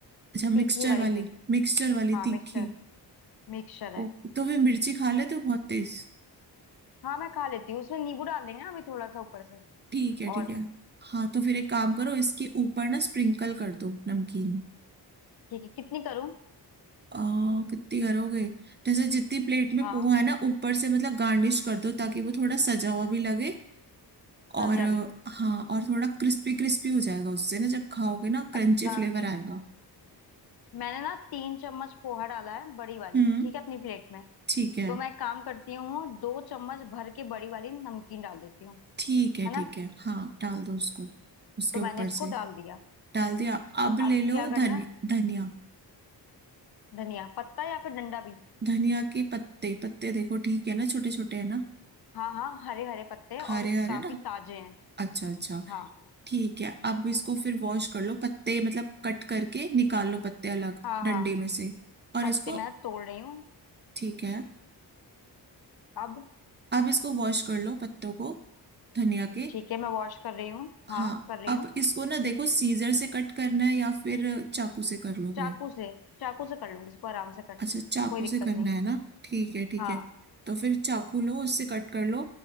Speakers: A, on the right; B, on the left.
A: अच्छा मिक्सचर
B: तीखी वाली
A: वाली
B: मिक्स
A: मिक्सचर वाली
B: हाँ
A: तीखी
B: मिक्सचर मिक्सचर है
A: ओ तो वे मिर्ची खा लेते हो बहुत तेज
B: हाँ मैं खा लेती हूँ उसमें नींबू डाल देंगे ना अभी थोड़ा सा ऊपर से
A: ठीक है ठीक
B: और
A: है हाँ तो फिर एक काम करो इसके ऊपर ना स्प्रिंकल कर दो नमकीन
B: ठीक है कितनी करूँ
A: अ, कितनी करोगे जैसे जितनी प्लेट में
B: हाँ
A: पोहा है ना ऊपर से मतलब गार्निश कर दो ताकि वो थोड़ा सजा हुआ भी लगे और
B: सजा
A: अ,
B: भी
A: हाँ और थोड़ा क्रिस्पी क्रिस्पी हो जाएगा उससे ना जब खाओगे ना क्रंची
B: अच्छा
A: फ्लेवर आएगा
B: मैंने ना तीन चम्मच पोहा डाला है बड़ी वाली
A: हम्म
B: ठीक है अपनी प्लेट में
A: ठीक है
B: तो मैं एक काम करती हूँ दो चम्मच भर के बड़ी वाली नमकीन डाल देती हूँ
A: ठीक है
B: है ना
A: ठीक है हाँ डाल दो उसको उसके
B: तो
A: ऊपर
B: मैंने इसको
A: से
B: डाल दिया
A: डाल दिया अब ले
B: अब
A: लो
B: क्या करना
A: धनिया
B: है
A: धनिया
B: धनिया पत्ता या फिर डंडा भी
A: धनिया के पत्ते पत्ते देखो ठीक है ना छोटे छोटे है ना
B: हाँ हाँ हरे हरे पत्ते हैं और
A: हरे हरे
B: काफी
A: ना
B: ताजे हैं
A: अच्छा अच्छा
B: हाँ
A: ठीक है अब इसको फिर वॉश कर लो पत्ते मतलब कट करके निकाल लो पत्ते अलग
B: हाँ
A: डंडे
B: हाँ
A: में से और
B: पत्ते
A: इसको
B: मैं तोड़ रही हूँ
A: ठीक है
B: अब
A: अब इसको वॉश कर लो पत्तों को धनिया के
B: ठीक है मैं वॉश कर रही हूँ
A: हाँ
B: हाँ कर रही
A: अब
B: हूँ
A: इसको ना देखो सीजर से कट करना है या फिर चाकू से कर लोगे
B: चाकू से चाकू से कर लूंगी इसको आराम से कट
A: अच्छा चाकू
B: कोई दिक्कत
A: से करना
B: नहीं
A: है ना ठीक है ठीक
B: हाँ
A: है तो फिर चाकू लो उससे कट कर लो